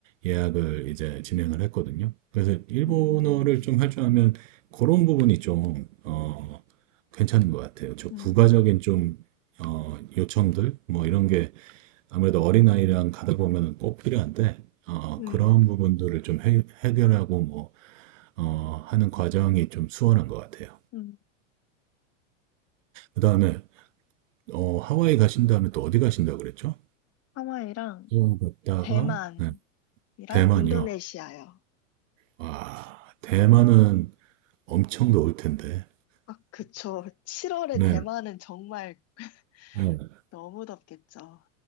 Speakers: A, on the right; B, on the left.
A: 예약을 이제 진행을 했거든요. 그래서 일본어를
B: 음,
A: 좀 할 줄 알면 그런 부분이 좀, 어, 괜찮은 것 같아요. 저
B: 음,
A: 부가적인 좀, 어, 요청들, 뭐 이런 게 아무래도 어린아이랑 가다 보면은 꼭 필요한데, 어,
B: 음,
A: 그런 부분들을 좀 해, 해결하고 뭐, 어, 하는 과정이 좀 수월한 것 같아요.
B: 음.
A: 그 다음에, 어, 하와이 가신 다음에 또 어디 가신다고 그랬죠?
B: 하와이랑
A: 또 갔다가,
B: 대만이랑
A: 네, 대만이요.
B: 인도네시아요.
A: 와, 대만은 엄청 더울 텐데.
B: 아, 그쵸. 7월에
A: 네,
B: 대만은 정말 <laughs>
A: 네.
B: 너무 덥겠죠.